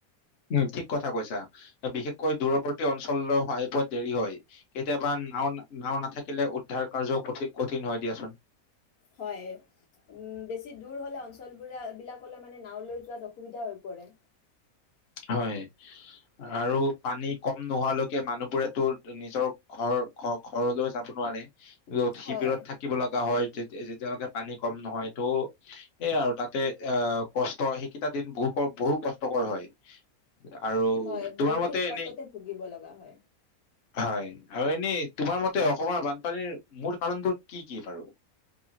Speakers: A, on the left; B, on the left.
A: উম ঠিক কথা কৈছা বিশেষকৈ দূৰৱৰ্তী অঞ্চললৈ স পোৱা দেৰি হয় কেতিয়াবা নাও নাও নাথাকিলে উদ্ধাৰ কাৰ্যও কঠ কঠিন হয় দিয়াচোন।
B: হয় বেছি দূৰ হলে অঞ্চলব বিলাকলৈ মানে নওলৈ যোৱাত অসুবিধা হৈ পৰে?
A: হয় আৰু পানী কম নোহোৱালৈকে মানুহবোৰেতো নিজৰ ঘৰ ঘ ঘৰলৈ যাব নোৱাৰে । শিবিৰত
B: হয়,
A: থাকিব লগা হয়। যেতিয়ালৈকে পানী কম নহয় তো এই আৰু তাতে অ কষ্ট সেইকেইটা দিন বহু বহু কষ্টকৰ হয়। আৰু
B: হয়
A: তোমাৰ
B: বহুখিনি
A: মতে এনেই
B: কষ্টতে ভুগিব লগা হয়।
A: হয় আৰু এনে তোমাৰ মতে অসমৰ বানপানীৰ মূল কাৰণবোৰ কি কি বাৰু